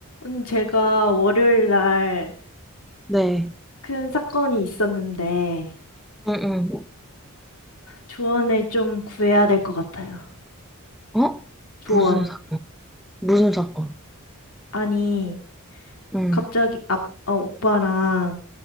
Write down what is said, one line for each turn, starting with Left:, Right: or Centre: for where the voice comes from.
Left: 음, 제가 월요일 날
Centre: 네.
Left: 큰 사건이 있었는데
Centre: 응,
Left: 조언을 좀 구해야 될 것 같아요.
Centre: 응. 어?
Left: 조언.
Centre: 무슨 사건? 무슨 사건?
Left: 아니,
Centre: 응,
Left: 갑자기 아, 어, 오빠랑